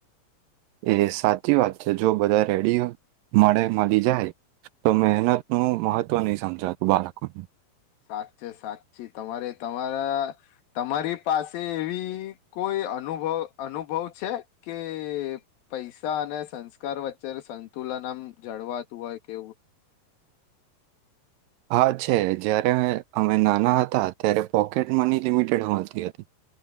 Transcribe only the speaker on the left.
સાચે છે સાચી તમારે તમારા તમારી પાસે એવી કોઈ અનુભવ અનુભવ છે, કે પૈસા અને સંસ્કાર વચ્ચે સંતુલન આમ જળવાતું હોય કેવું?